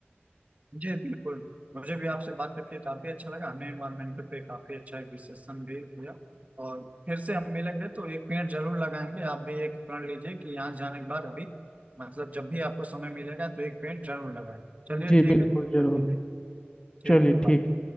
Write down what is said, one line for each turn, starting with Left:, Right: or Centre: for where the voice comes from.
Right: जी बिल्कुल मुझे भी आपसे बात करके काफी अच्छा लगा हमने एनवायरमेंट पे काफी अच्छा एक डिस्कशन भी किया और फिर से हम मिलेंगे तो एक पेड़ जरूर लगाएंगे आप भी एक प्रण लीजिए कि यहाँ जाने के बाद अभी मतलब जब भी आपको समय मिलेगा तो एक पेड़ जरूर लगाएंगे चलिए
Left: जी
Right: ठीक
Left: बिल्कुल
Right: है तब
Left: जरूर
Right: तक के लिए ठीक
Left: चलिए
Right: है बाय
Left: ठीक